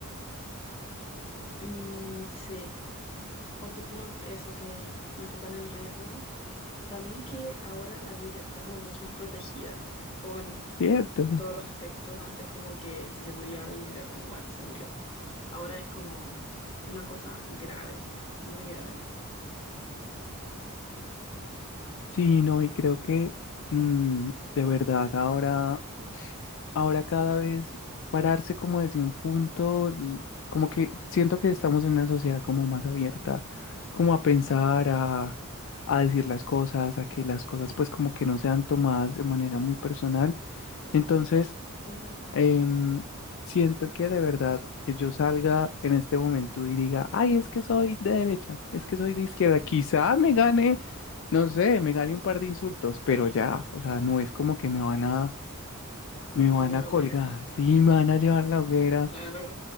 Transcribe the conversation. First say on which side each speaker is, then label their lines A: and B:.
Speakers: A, on the left; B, on the left.
A: Mm, sí, opino que eso, que no está tan en riesgo. También que ahora la vida está como mucho más protegida, como en
B: ¿Cierto?
A: todos los aspectos. Antes como que si se moría alguien era como, bueno, se murió. Ahora es como una cosa grave, muy grave.
B: Sí, no, y creo que mm, de verdad ahora, ahora cada vez pararse como desde un punto, l- como que siento que estamos en una sociedad como más abierta, como a pensar, a, a decir las cosas, a que las cosas pues como que no sean tomadas de manera muy personal. Entonces,
A: Ujú.
B: em, siento que de verdad que yo salga en este momento y diga, ay, es que soy de derecha, es que soy de izquierda, quizá me gane, no sé, me gane un par de insultos, pero ya, o sea, no es como que me van a, me
A: Llevar
B: van
A: a
B: a
A: la
B: colgar,
A: hoguera,
B: sí, me van a llevar la hoguera
A: <laughs> claro.